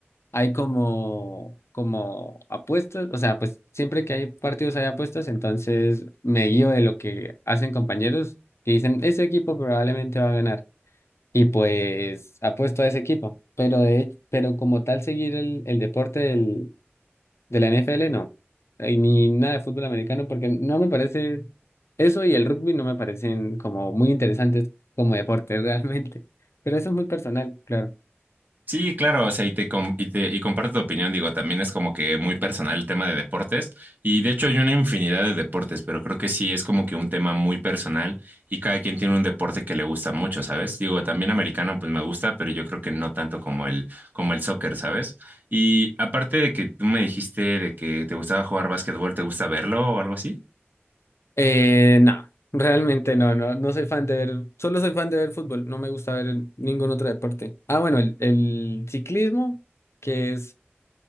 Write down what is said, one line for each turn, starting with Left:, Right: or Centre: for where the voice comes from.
Left: hay como, como apuestas, o sea, pues siempre que hay partidos hay apuestas, entonces me guío de lo que hacen compañeros que dicen, ese equipo probablemente va a ganar y pues apuesto a ese equipo, pero de, pero como tal seguir el, el deporte del, de la NFL no, y ni nada de fútbol americano porque no me parece eso y el rugby no me parecen como muy interesantes como deporte <laughs> realmente, pero eso es muy personal, claro.
Right: Sí, claro, o sea, y te, com- y te- y comparto tu opinión, digo, también es como que muy personal el tema de deportes y de hecho hay una infinidad de deportes, pero creo que sí es como que un tema muy personal y cada quien tiene un deporte que le gusta mucho, ¿sabes? Digo, también americano pues me gusta, pero yo creo que no tanto como el como el soccer, ¿sabes? Y aparte de que tú me dijiste de que te gustaba jugar básquetbol, ¿te gusta verlo o algo así?
Left: Eh, no, realmente no, no, no soy fan de ver, solo soy fan de ver fútbol, no me gusta ver el- ningún otro deporte. Ah, bueno, el, el ciclismo, que es